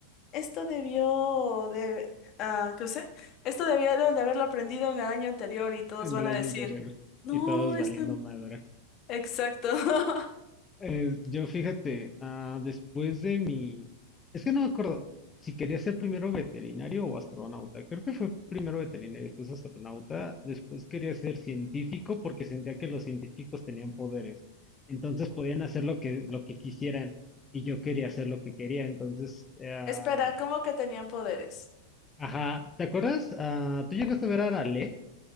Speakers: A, on the left; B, on the left.
A: esto debió de, ah, ¿qué sé? Esto debieron de haberlo aprendido en el año anterior y todos
B: en
A: van
B: el
A: a
B: año
A: decir,
B: anterior.
A: no,
B: Y todos valiendo
A: esto, no".
B: madre.
A: exacto. <laughs>
B: Eh, yo fíjate, ah, después de mi... Es que no me acuerdo si quería ser primero veterinario o astronauta. Creo que fue primero veterinario, después astronauta. Después quería ser científico porque sentía que los científicos tenían poderes. Entonces podían hacer lo que, lo que quisieran. Y yo quería hacer lo que quería. Entonces, ah,
A: Espera, ¿cómo que tenían poderes?
B: ajá. ¿Te acuerdas? Ah, ¿tú llegaste a ver a Ale